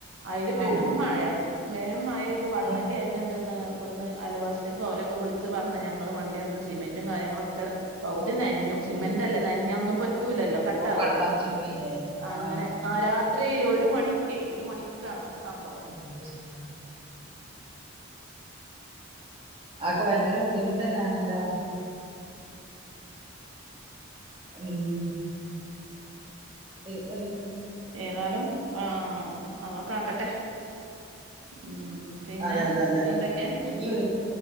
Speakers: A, on the right; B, on the right.
A: അതില് പെരും
B: ആ
A: മഴ മേ മഴപെയ്തുവെള്ളം
B: ആ,
A: കയറണ്ട്ന്ന്. ഇവിടുന്ന് അലവാസക്ക്ലൊക്കെ വിളിച്ച് പറഞ്ഞ് ഞങ്ങൾ വണ്ടിവന്ന് സിമെന്റും കാര്യങ്ങളൊക്കെ പകുതി നൻഞ്ഞു സിമെന്റ്ല്ലേ
B: ഉം.
A: നൻഞ്ഞ ഒന്നും പറ്റൂലല്ലോ
B: അയ്യോ
A: കട്ട ആവൂലേ
B: കട്ടറച്ചു പോയില്ലേ ആ
A: അങ്ങനെ ആ രാത്രി ഒരു മണിക്കെ ഒരു മണിക്കാണത് സംഭവം.
B: ആഹ് ശരി ആക്കെ ഭയങ്കര ബുദ്ധിമുട്ടാണല്ലോ. <inaudible> <inaudible>
A: ഏതായാലും ആ അള്ളകാകട്ടെ ഉ. പിന്നെ
B: അതെ അതെ അതെ
A: എന്തൊക്കെ
B: ഇനി